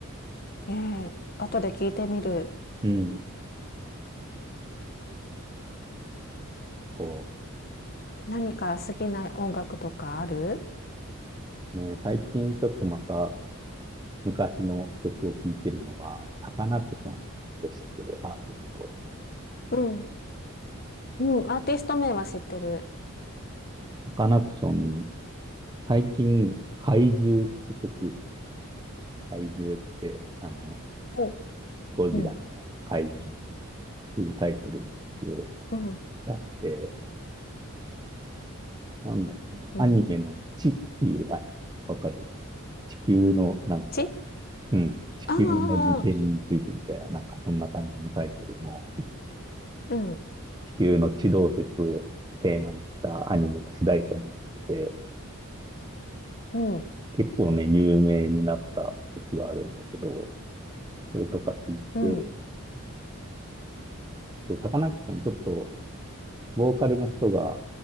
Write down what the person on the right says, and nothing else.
うん。こ
う、ね、最近ちょっとまた昔の曲を聴いてるのが、サカナクションって知ってるアーティスト。
サカナクション、最近、怪獣って曲怪獣って、あの、
ゴジラみたいな怪獣ねっていうタイトルの曲を
出して、なんだっけな、
アニメの地っていうアニメ、わかる地球のなんか、
うん、地球の時点についてみたいな、
なんかそんな感じのタイトルの、
地球の地動説をテーマにしたアニメの主題歌になってて、
結構ね、有名になった曲があるんだけど、それとか聞いて、
で、サカナクションちょっとボーカルの人が